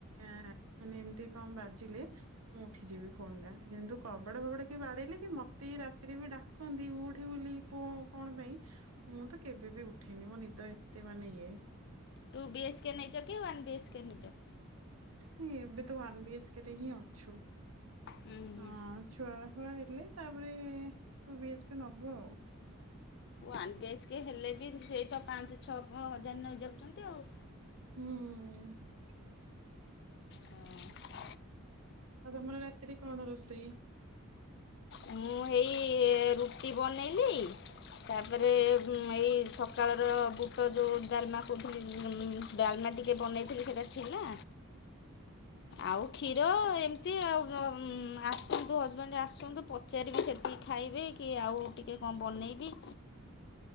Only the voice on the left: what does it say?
ଟୁ ବି ଏଚ୍ କେ ନେଇଛ କି ୱନ୍ ବି ଏଚ୍ କେ ନେଇଛ?
ହୁଁ
ୱାନ୍ ବି ଏଚ କେ ହେଲେ ବି ସେଇ ତ ପାଞ୍ଚ ଛଅ ପ ହଜାର ନେଇ ଯାଉଛନ୍ତି ଆଉ।
ହୁଁ।
ମୁଁ ହେଇ ରୁଟି ବନେଇଲି। ତାପରେ ବୁ ମ ଏ ସକାଳର ବୁଟ ଯୋଉ ଡାଲମା କହୁଥିଲି ଡାଲମା ଟିକ ଟିକେ ବନେଇଥିଲି ସେଇଟା ଥିଲା। ଆଉ କ୍ଷୀର ଏମିତି ଆଉ ଆସନ୍ତୁ ହଜବେଣ୍ଡରେ ଆସନ୍ତୁ। ପଚାରିବି ସେତିକି ଖାଇବେ କି ଆଉ ଟିକେ କଣ ବନେଇବି।